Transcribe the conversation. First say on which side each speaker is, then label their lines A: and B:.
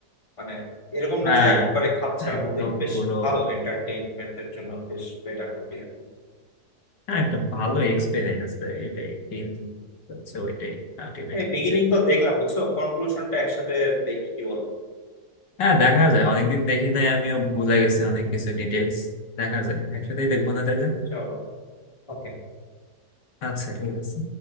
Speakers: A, on the left; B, on the left.
A: মানে এরকম
B: হ্যাঁ
A: না যে একবারে খাপছাড়া
B: একদম
A: মুভি বেশ
B: পুরো
A: ভালো এন্টারটেইনমেন্টের জন্য বেশ বেটার মুভি আর কি
B: হ্যাঁ একটা ভালো এক্সপিরিয়েন্স এটাই তিন হচ্ছে ওইটাই আলটিমেটলি
A: এই বিগিনিং
B: যে
A: তো দেখলাম বুঝছো কনক্লুশনটা একসাথে দেখি কি বলো
B: হ্যাঁ দেখা যায় অনেকদিন দেখি নাই আমিও ভুলে গেছি অনেক কিছু ডিটেলস দেখা যায় একসাথেই দেখবো না তাহলে
A: চলো ওকে
B: আচ্ছা ঠিক আছে